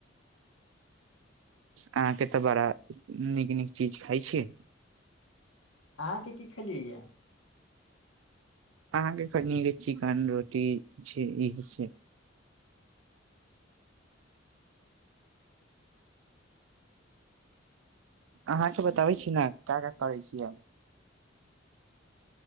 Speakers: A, on the right; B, on the left.
A: अहाँके त बड़ा नीक नीक चीज खाइ छी
B: अहाँके की खेलिये है
A: अहाँके कानी चिकन रोटी छै ई छै अहाँके बताबै छी न का का करै छी